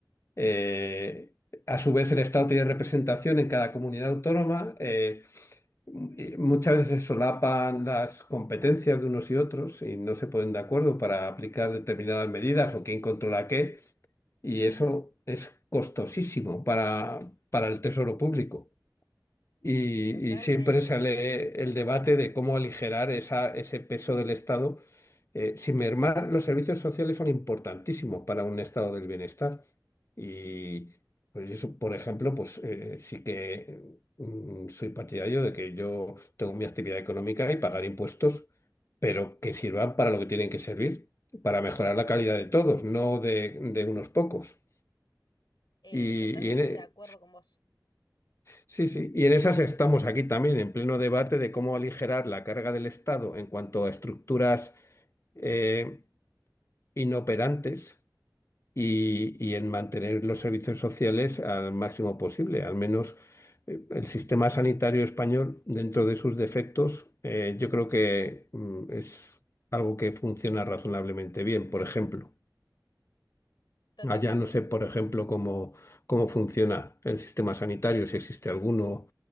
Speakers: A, on the left (about 40°); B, on the left (about 85°).
A: Eh, a su vez el Estado tiene representación en cada comunidad autónoma. eh, y muchas veces se solapan las competencias de unos y otros y no se ponen de acuerdo para aplicar determinadas medidas o quién controla qué. Y eso es costosísimo para, para el tesoro público. Y,
B: Totalmente.
A: y siempre sale el debate de cómo aligerar esa, ese peso del Estado. Eh, sin mermar, los servicios sociales son importantísimos para un estado del bienestar. Y pues eso, por ejemplo, pues eh, sí que mm, soy partidario de que yo tengo mi actividad económica y pagar impuestos, pero que sirvan para lo que tienen que servir, para mejorar la calidad de todos, no de de unos pocos.
B: Eh,
A: Y,
B: totalmente
A: y en, e-
B: de acuerdo con vos.
A: sí, sí, y en esas estamos aquí también, en pleno debate de cómo aligerar la carga del Estado en cuanto a estructuras eh, inoperantes y, y en mantener los servicios sociales al máximo posible. Al menos eh, el sistema sanitario español, dentro de sus defectos, eh, yo creo que mm, es algo que funciona razonablemente bien, por ejemplo.
B: Totalmente.
A: Allá no sé, por ejemplo, cómo, cómo funciona el sistema sanitario, si existe alguno